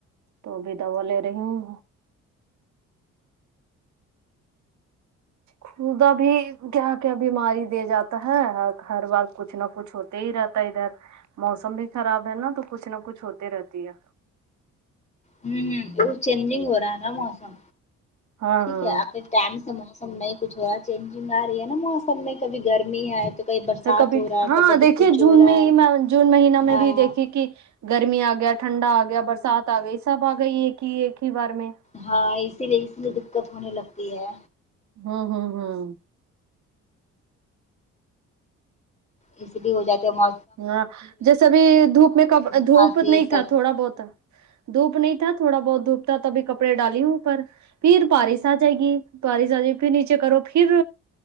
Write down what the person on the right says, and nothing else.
تو ابھی دوا لے رہی ہوں خدا بھی کیا کیا بیماری دے جاتا ہے ہر بار کچھ نہ کچھ ہوتا تے ہی رہتا ہے ادھر موسم بھی خراب ہے نا تو کچھ نہ کچھ ہوتے رہتی ہے
ہاں
ہاں
تو کبھی
ہاں
دیکھیے
جون
میں
ہی جون مہینہ میں
بھی دیکھیی کی گرمی آ گیا ٹھنڈا آ گیا برسات آ گئی سب آ گئی ایک ہی ایک ہی بار میں
ہمم ہمم ہمم
ہاں جیسے بھی دھوپ میں کب دھوپ
نہیں
تھا تھوڑا بہت دھوپ نہیں تھا تھوڑا بہت دھوپ تھا تبھی کپڑے ڈالی ہوں اوپر پھر پارس آ جائے گی پارس آ جائے گی پھر نیچے کرو پھر